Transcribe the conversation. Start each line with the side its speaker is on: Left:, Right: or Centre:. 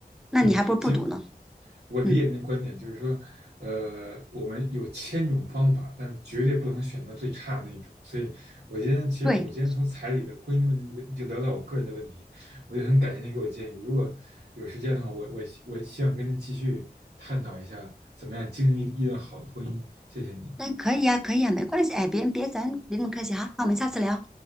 Centre: 那你还不如不读呢。
Right: 嗯，行，我理解您的观点，
Centre: 嗯，
Right: 就是说，呃，我们有千种方法，但是绝对不能选到最差的那种。所以，我今天其实我们今天从彩礼的婚姻的问题就就聊到我个人的问题，
Centre: 对，
Right: 我就很感谢您给我建议。如果有时间的话，我我希我希望跟您继续探讨一下怎么样经营一一段好的婚姻。谢谢您。
Centre: 那可以呀，可以呀，没关系，哎，别别，咱别那么客气哈，那我们下次聊。